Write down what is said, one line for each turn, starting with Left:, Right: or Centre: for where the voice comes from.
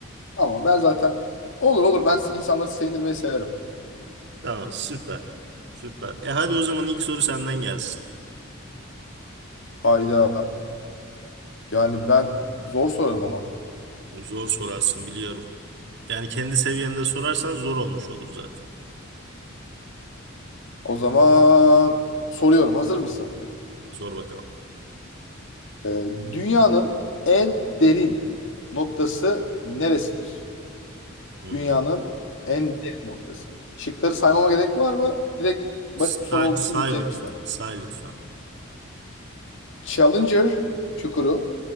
Left: Ama ben zaten olur olur ben insanları sevindirmeyi severim.
Right: Tamam süper. Süper. E hadi o zaman ilk soru senden gelsin.
Left: Hayda. Yani ben zor sorarım ama.
Right: Zor sorarsın biliyorum. Yani kendi seviyende sorarsan zor olmuş olur zaten.
Left: O zaman soruyorum. Hazır mısın?
Right: Sor bakalım.
Left: Ee, dünyanın en derin noktası neresidir?
Right: Hmm.
Left: Dünyanın en derin noktası. Şıkları saymama gerek var mı? Direkt basit
Right: Say,
Left: bir soru olduğu
Right: say
Left: için bilecek
Right: lütfen.
Left: misin ama.
Right: Say lütfen.
Left: Challenger çukuru,